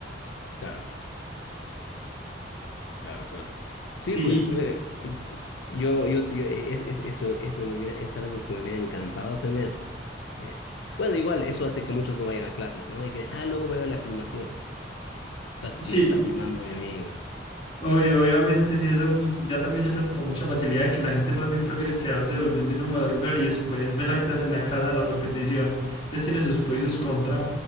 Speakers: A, on the left; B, on the left.
A: Claro. Claro, claro. Sí,
B: Sí,
A: pues me- yo, yo, yo- eh, es, es- eso, eso me hubiera- es algo que me hubiera encantado tener. Eh, bueno, igual, eso hace que muchos no vayan a clases, ¿no? Y que, ah, luego veo la filmación. Está-
B: sí,
A: me está filmando mi amigo.
B: obvio, obviamente, sí, eso es mu- ya también se presta para mucha facilidad de que la gente más bien prefiere quedarse durmiendo y no madrugar y después ver la clase en la casa, la repetición. Entonces tiene sus pros y sus contras.